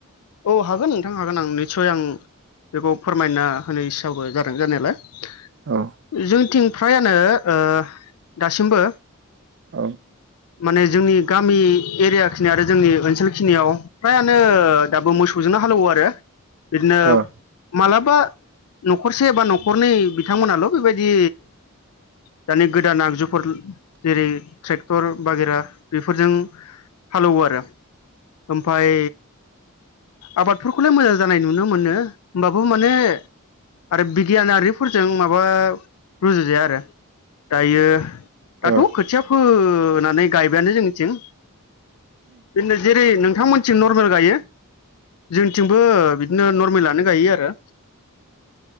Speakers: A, on the left; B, on the right.
A: औ हागोन नोंथां हागोन आं निसय आं बेखौ फोरमायना होनो इसाबो जादों जानायालाय
B: औ
A: जोंनिथिं फ्रायानो ओ दासिमबो
B: औ
A: माने जोंनि गामि एरियाखिनि आरो जोंनि ओनसोलखिनियाव फ्रायानो दाबो मोसौजोंनो हालौवो आरो बिदिनो
B: औ ओ
A: माला बा न'खरसे बा न'खरनै बिथांमोनाल' बेबायदि दानि गोदान आगजुफोर जेरै ट्रेक्टर बागेरा बेफोरजों हालेवो आरो ओमफाय आबादफोरखौलाय मोजां जानाय नुनो मोनो होमबाबो माने आरो बिगियानारिफोरजों माबा रुजुजाया आरो दायो दाथ'
B: ओ
A: खोथियाफो नानै गायबायानो जोंनिथिं बेनो जेरै नों थांमोनथिं नरमेल गायो जोंथिंबो बिदिनो नरमेलानो गायो आरो